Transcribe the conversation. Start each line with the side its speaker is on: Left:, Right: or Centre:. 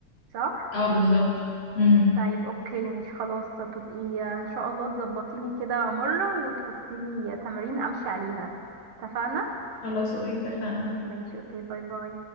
Right: صح
Left: اه بالظبط امم
Right: طيب اوكي مش خلاص هتبقي ان شاء الله تظبطي لي كده مرة وتحطي لي تمارين امشي عليها اتفقنا
Left: خلاص اوكي اتفقنا
Right: ماشي اوكي باي باي